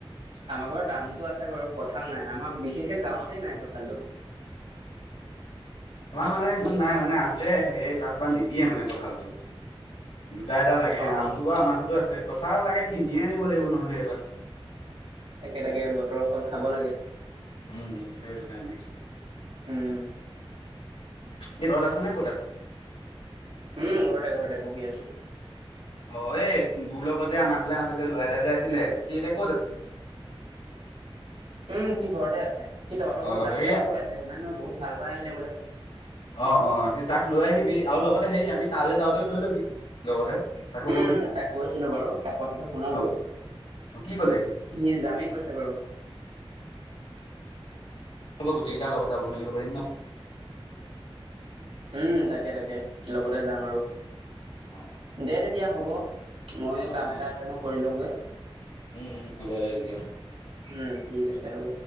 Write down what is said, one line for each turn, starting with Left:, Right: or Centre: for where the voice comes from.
Right: আমাৰ ঘৰত টামতো আছে বাৰু কঁঠাল নাই আমাৰ বিশেষকে গাঁৱতেই নাই কঁঠালটো
Left: আমাৰ মানে নাই মানে আছে সেই তাত মানে নিদিয়ে মানে কঁঠালটো দুটা এটা লাগে
Right: অ
Left: আমটো বাৰু আমাৰ ঘৰতো আছে কঁঠাল তাকে কিনিয়ে আনিব লাগিব নহ'লে এইবাৰ
Right: তাকে তাকে বতৰৰ ফল খাব লাগে
Left: উম সেইটো কাৰণে
Right: উম
Left: এতিয়া ঘৰত আছ নে কত আছ
Right: উম ঘৰতে ঘৰতে বহি আছো
Left: <unintelligible> মই এই তোৰ লগত যে আমাৰ ঘলে আহোঁতে যে ল'ৰা এটা যে আছিলে সি এতিয়া ক'ত আছে। <unintelligible>
Right: উমঁ সি ঘৰতে আছে সি তহতৰ
Left: অ'
Right: ঘত যাম
Left: হেৰি
Right: যাম কৈ আছে হয়নে নহয় বহুত ভাল পাই আহিলে বোলে।
Left: অঁ অঁ সি তাক লৈ আহিবি আৰু লগতে হেৰি আমি তালৈ যাওঁতেও লৈ ল'বি লগতে। তাকো
Right: উমঁ
Left: কবি
Right: উমঁ তাক কৈছিলো বাৰু তাক কথাটো শুনালোঁ।
Left: অ' অ কি ক'লে
Right: সি যামেই কৈছে বাৰু।
Left: হ'ব গোটেইকেটা লগত যাব মেলিব পাৰি ন।
Right: উমঁ তাকে তাকে লগতে যাম আৰু।
Left: অ'
Right: দে তেতিয়া হ'ব ময়ো
Left: অ'
Right: কাম এটা আছে মই কৰি লওঁগে।
Left: উমঁ হ'ব দে তেতিয়া।
Right: উমঁ ঠিক আছে হ'ব।